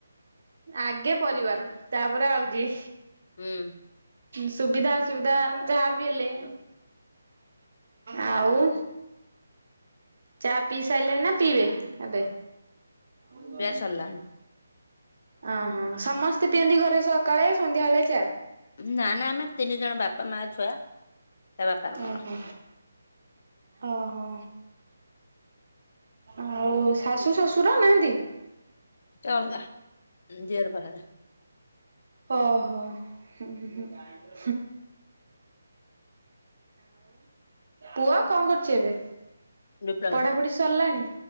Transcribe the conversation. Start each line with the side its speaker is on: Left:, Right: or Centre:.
Right: ଆଗେ ପରିବାର ତାପରେ ଆଉ ଯିଏ
Left: ହୁଁ।
Right: ସୁବିଧା ଅସୁବିଧା ଯାହା ବି ହେଲେ ଆଉ ଚା ପିଇ ସାରିଲେଣି ନା ପିଇବେ ଏବେ? ହଉ।
Left: ପିଆ ସରିଲାଣି
Right: ଅହୋ ସମସ୍ତେ ପିଅନ୍ତି ଘରେ ସକାଳେ ସନ୍ଧ୍ୟାବେଳେ ଚା।
Left: ନା ନା ଆମେ ତିନି ଜଣ ବାପା, ମା, ଛୁଆ। ତା ବାପାର ମୋର
Right: ଓହୋ ଓ ହୋ। ଆଉ ଶାଶୁ ଶଶୁର ନାହାନ୍ତି?
Left: ସେ ଅଲଗା ଉଁ ଦିଅର ପାଖରେ।
Right: ଓ ହୋ। ହୁଁ ହୁଁ ହୁଁ ଆଉ। ପୁଅ କଣ କରୁଚି ଏବେ?
Left: ଡିପ୍ଲୋମା
Right: ପଢାପଢି ସରିଲାଣି?